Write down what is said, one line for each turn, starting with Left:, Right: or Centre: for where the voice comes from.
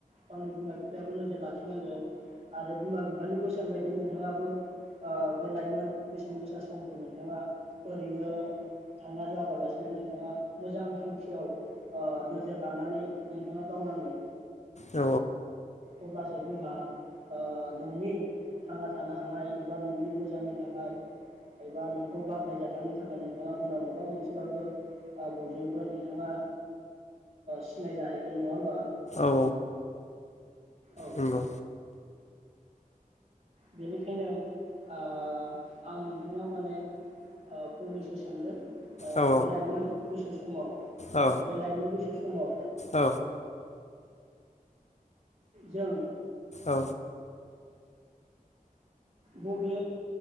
Right: गावनि बिमा बिफायाबो नोजोर लाखिनांगोन आरो बिमा बिफानि बोसोन बायदि नोंथाङाबो ओ लाइमोन बेसेन गोसा समखौ नोंथाङा ओरैनो थांगार होआ बालासिनो नोंथाङा मोजां थांखियाव ओ नोजोर लानानै नोंथाङा गावनांगोन
Left: औ
Right: अब्लासो जोंहा ओ नोंनि थांना थानो हानाय एबा नोंनि मोजांनि थाखाय एबा नोंखौ बाख्नायजाथावनि थाखाय नोंथाङा उनाव माबा मोनसेबाबो बयजोंबो नोंथाङा सिनायजाहैगोन नङा होमबा
Left: औ
Right: औ।
Left: नंगौ
Right: बेनिखायनो ओ आं नोंथांनाव माने फंनैसो सोंगोन
Left: औ
Right: बे लाइमोन बैसो समाव
Left: औ
Right: बे लाइमोन बैसो समाव
Left: औ
Right: जों
Left: औ
Right: बबे